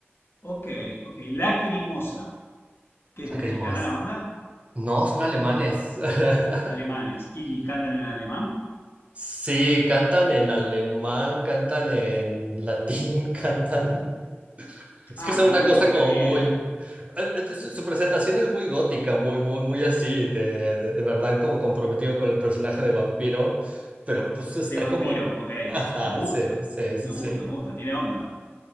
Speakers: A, on the left; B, on the right.
A: ok, ok. Lacrimosa, que es
B: Lacrimos.
A: mexicana la banda,
B: No, son alemanes. <laughs>
A: alemanes y cantan en alemán.
B: Sí, cantan en alemán, cantan en latín, <laughs> cantan. Es
A: Ah,
B: que es una
A: no,
B: cosa
A: re
B: como
A: bien.
B: muy... eh, eh, Su su presentación es muy gótica, muy, muy, muy así, de, de, de verdad como comprometido con el personaje de vampiro, pero pues está
A: De vampiro,
B: como en...
A: ok.
B: Ajá,
A: Me gusta,
B: sí, sí, sí,
A: me gusta,
B: sí.
A: me gusta, tiene onda.